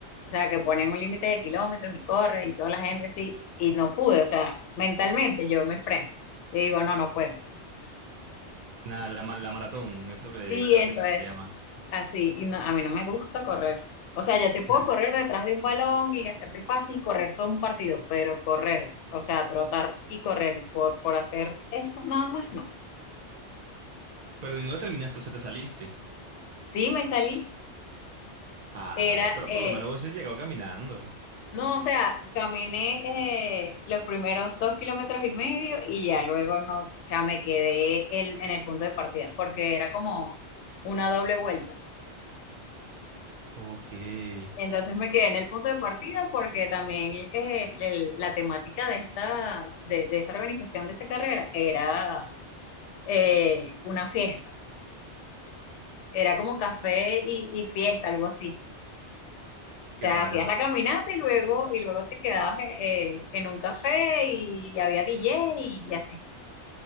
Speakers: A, on the left; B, on the right.
A: O sea, que ponen un límite de kilómetros y corre y toda la gente así, y no pude, o sea, mentalmente yo me freno. Yo digo, no, no puedo.
B: nada, la, ma- la maratón es lo que le-
A: Sí,
B: creo
A: eso
B: que se
A: es
B: llama.
A: así, y no, a mí no me gusta correr. O sea, yo te puedo
B: <laughs>
A: correr detrás de un balón y hacerte pases y correr todo un partido, pero correr, o sea, trotar y correr por, por hacer eso, nada más no.
B: Pero y no terminaste, o sea, te saliste.
A: Sí, me salí,
B: Ay,
A: era,
B: pero
A: eh,
B: por lo menos hubiese llegado caminando.
A: No, o sea, caminé eh, los primeros dos kilómetros y medio y ya luego no, o sea, me quedé el- en el punto de partida porque era como una doble vuelta.
B: Ok, qué
A: Entonces me quedé en el punto de partida porque también eh, el- la temática de esta, de, de esa organización de esa carrera era eh, una fiesta, era como café y, y fiesta, algo así. O sea,
B: raro.
A: hacías la caminata y luego, y luego te quedabas eh, en un café y, había DJ y y así.